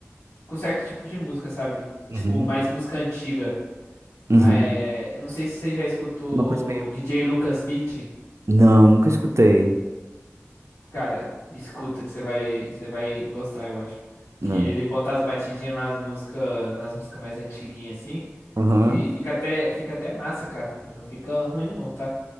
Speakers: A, on the left; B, on the right.
A: Com certo tipo de música, sabe?
B: Uhum.
A: Tipo, mais música antiga.
B: Uhum.
A: Ah, É, eu não sei se você já escutou
B: Uma coisa meio.
A: DJ Lucas Beat.
B: Não, nunca escutei.
A: Cara, escuta que você vai, você vai gostar, eu acho.
B: Não.
A: Que ele bota as batidinhas nas músicas, nas músicas mais antiguinhas, assim.
B: Aham.
A: Que fica até, fica até massa, cara. Não fica ruim, não, tá?